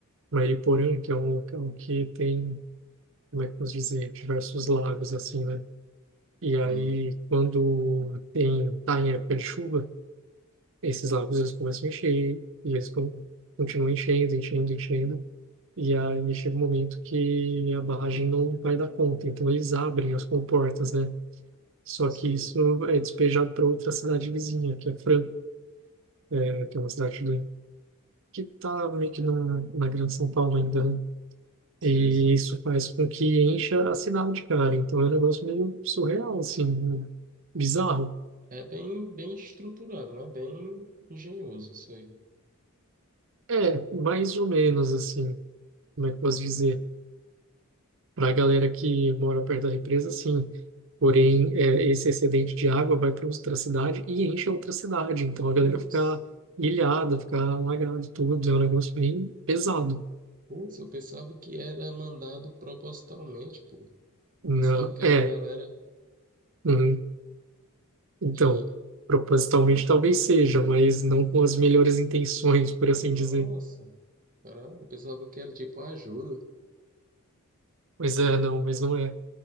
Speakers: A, on the right; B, on the right.
A: Mariporã, que é um local que tem como é que eu posso dizer, diversos lagos assim, né? E aí,
B: Uhum.
A: quando tem, tá em época de chuva, esses lagos eles começam a encher e eles con- continuam enchendo, enchendo, enchendo. E aí chega um momento que a barragem não vai dar conta, então eles abrem as comportas, né? Só
B: sei,
A: que isso é despejado para outra cidade vizinha, que é Franco, é, que é uma cidade do- que tá meio que na, na Grande São Paulo ainda, né?
B: sei.
A: E
B: sei.
A: isso faz com que encha a cidade, cara. Então é um negócio meio surreal, assim, né? bizarro.
B: É bem, bem estruturado, né? Bem engenhoso isso aí.
A: É, mais ou menos, assim, como é que eu posso dizer? Para a galera que mora perto da represa, sim. Porém, é, esse excedente de água vai para outra cidade e enche a outra cidade. Então a
B: Putz,
A: galera fica ilhada, fica alagada, tudo. É um negócio bem pesado.
B: putz, eu pensava que era mandado propositalmente, pô.
A: Não,
B: Pensava que
A: é,
B: era a galera
A: uhum. Então,
B: e.
A: propositalmente talvez seja, mas não com as melhores intenções, por assim
B: Nossa,
A: dizer.
B: caralho, eu pensava que era tipo uma ajuda.
A: Pois é, não, mas não é.